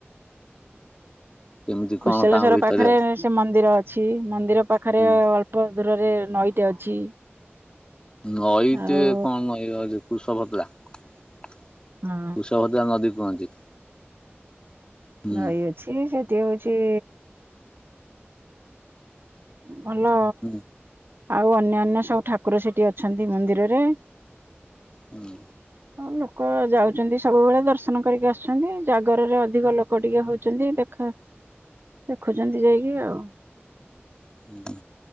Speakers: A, on the left (about 20°); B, on the right (about 55°).
A: କେମିତି କଣ
B: କୁଶଲେଶ୍ଵର
A: ତାଙ୍କ ଭିତରେ
B: ପାଖରେ
A: ଅଛି
B: ସେ ମନ୍ଦିର ଅଛି ମନ୍ଦିର ପାଖରେ
A: ହୁଁ।
B: ଅଳ୍ପ ଦୂରରେ ନଈଟେ ଅଛି।
A: ନଈ
B: ଆଉ
A: ଟେ କଣ୍ ନଈ ଅଛି କୁଶଭଦ୍ରା। କୁଷଭଦ୍ରା
B: ହଁ
A: ନଦୀ କୁହନ୍ତି। ହୁଁ।
B: ନଈ ଅଛି ସେଠି ହଉଛି ଭଲ
A: ହୁଁ
B: ଆଉ ଅନ୍ୟାନ୍ୟ ସବୁ ଠାକୁର ସେଠି ଅଛନ୍ତି ମନ୍ଦିରରେ।
A: ହୁଁ।
B: ହଁ ଲୋକ ଯାଉଛନ୍ତି ସବୁବେଳେ ଦର୍ଶନ କରିକି ଆସୁଛନ୍ତି ଜାଗରରେ ଅଧିକ ଲୋକ ଟିକେ ହଉଛନ୍ତି, ଏବେ ଖ ଦେଖୁଛନ୍ତି ଯାଇକି ଆଉ।
A: ହୁଁ